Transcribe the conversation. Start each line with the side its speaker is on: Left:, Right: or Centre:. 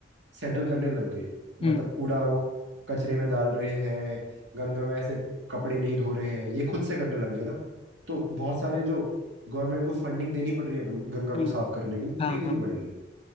Right: सेटल करने लग गए मतलब
Left: हम्म
Right: कूड़ा वो कचरे में डाल रहे हैं गंगा में ऐसे कपड़े नहीं धो रहे हैं ये खुद से करने लग गए ना तो बहुत सारे जो गवर्नमेंट को फंडिंग देनी पड़ रही है गं- गंगा
Left: हम्म
Right: को साफ करने के लिए
Left: हाँ
Right: नहीं
Left: हाँ
Right: देनी पड़ेगी